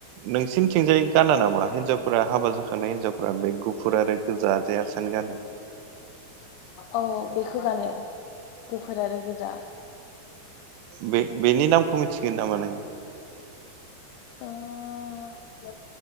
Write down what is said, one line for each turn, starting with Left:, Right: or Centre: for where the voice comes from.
Right: नोंसिनिथिंजाय गाना नामा हिन्जावफोरा हाबा जाखांनाय हिनजावफोरा बे गुफुर आरो गोजा जे आसान गानो
Left: औ बेखौ गानो गोफोर आरो गोजा
Right: बे-बेनि नामखौ मिथिगोन नामा नोंङो
Left: ओ